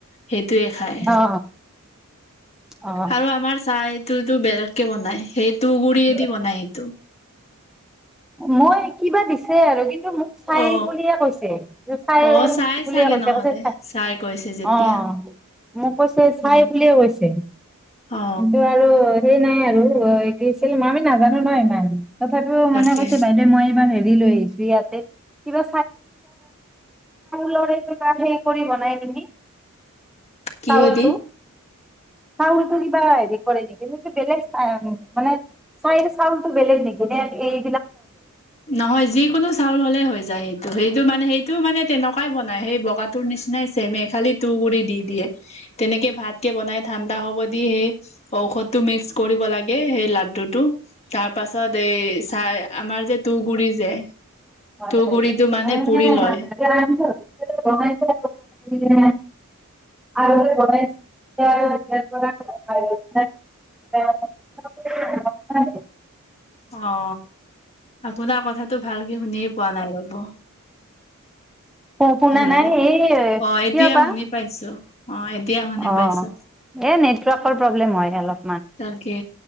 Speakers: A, on the left; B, in the centre.
A: সেইটয়ে খায়।
B: অ অ
A: আৰু আমাৰ চাহটোতো বেলেগ কেৱনাই সেই তো গুৰিয়ে
B: অ
A: দিব নাই সেই তটো
B: মই কিবা দিছে আৰু কিন্তু এই মোক চাই
A: অ
B: বুলিয়ে কৈছে চাই
A: অ চাই
B: বুলে
A: চাগে
B: কৈছে
A: নহলে
B: কৈছে চ
A: চাই কৈছে যেতিয়া
B: অ মোক কৈছে চাই
A: উম
B: বুলিয়ে কৈছে
A: অ
B: কিন্তু আৰু নাই আৰুছিল মই আমি নাজানো ন ইমান তথাপো
A: তাকে
B: মানে কৈছে বাইদেউ মই ইব হ চল কিবনাইি <unintelligible>
A: কিহেদি
B: চাউলটো চাউলটো কিবা হেৰি কৰে নেকিটো বেলেগ চ মানে চাইৰ চাউলটো বেলেগ নেকি নে এই
A: নহয় যিকোনো চাউল হ'লে হৈ যায় সেইটো সেই এইটো মানে সেইটো মানে তেনেকুৱাই বনাই সেই বগাটোৰ নিচিনাই চেমে খালি তু গুৰি দি দিয়ে তেনেকে ভাত কেে বনাই থাকে ঠাণ্ডা হ'ব দি সে ঔষধ টো মিক্স কৰিব লাগে সেই ল টো তাৰ পাছত এই চাই আমাৰ যে তগুৰি যে
B: হয়।
A: তুঁহগুৰিটো মানে পুৰি লয়
B: আৰু গণেশ বি বি <unintelligible>
A: অ আপোনাৰ কথা। টো ভালকে শুনিয়ে পোৱা নাই ৰব
B: অ পুনা
A: হেল্ল'
B: নাই এই
A: অ এতিয়া
B: কিয় বা
A: শুনি পাইছো অ এতিয়া হ ন
B: অ
A: পাইছো
B: এই নেটৱৰ্কৰ প্ৰব্লেম হয় অলপ
A: তাকে